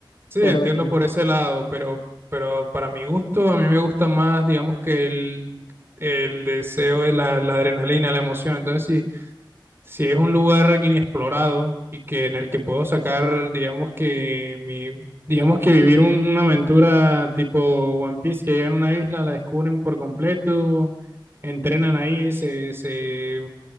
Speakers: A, on the right; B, on the left.
A: Sí,
B: pero
A: entiendo
B: en el...
A: por ese lado, pero, pero para mi gusto, a mí me gusta más, digamos que el, el deseo, la, la adrenalina, la emoción. Entonces, sí. si es un lugar inexplorado y que en el que puedo sacar, digamos que mi, digamos que vivir un- una aventura tipo One Piece, que llegan a una isla, la descubren por completo, entrenan ahí, se, se,